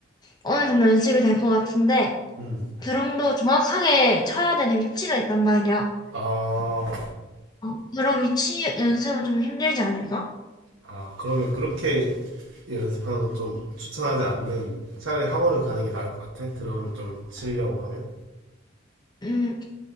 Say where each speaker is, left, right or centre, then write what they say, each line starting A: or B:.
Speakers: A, on the left (about 20°); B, on the right (about 80°).
A: 어느 정도 연습이 될 것 같은데
B: 음.
A: 드럼도 정확하게 쳐야 되는 위치가 있단 말이야.
B: 아,
A: 어, 드럼 위치 연습은 좀 힘들지 않을까?
B: 아, 그러면 그렇게 연습하는 건 좀 추천하지 않는 차라리 학원을 가는 게 나을 것 같아. 드럼을 좀 치려고 하면.
A: 음,